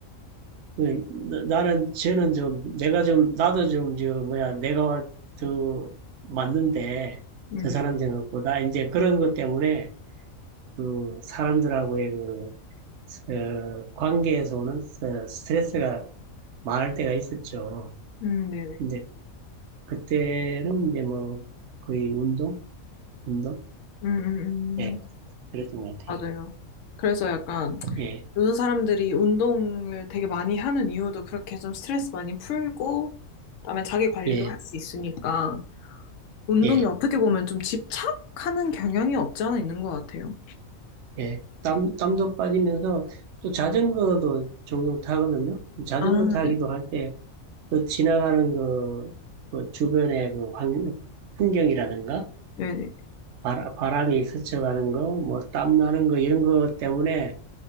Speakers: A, on the right (about 65°); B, on the left (about 70°).
A: 네, 나- 나는 쟤는 좀 내가 좀 나도 좀 저 뭐야 내가 더 맞는데
B: 음,
A: 저 사람
B: 네.
A: 생각보다 이제 그런 것 때문에 그 사람들하고의 그 어, 관계에서 오는 스- 스트레스가 많을 때가 있었죠.
B: 음, 네네.
A: 근데 그때는 이제 뭐 거의 운동, 운동,
B: 음, 음,
A: 예,
B: 음.
A: 그랬던 것 같아요.
B: 맞아요. 그래서 약간
A: 예,
B: 요즘 사람들이 운동을 되게 많이 하는 이유도 그렇게 좀 스트레스 많이 풀고, 그다음에 자기 관리도
A: 예,
B: 할 수 있으니까 운동이
A: 예.
B: 어떻게 보면 좀 집착하는 경향이 없지 않아 있는 것 같아요.
A: 예, 땀, 땀도 빠지면서 또 자전거도 종종 타거든요. 자전거
B: 아,
A: 타기도
B: 네.
A: 할 때 그 지나가는 그, 그 주변의 그 환, 풍경이라든가
B: 네네.
A: 바람, 바람이 스쳐가는 거, 뭐 땀 나는 거 이런 거 때문에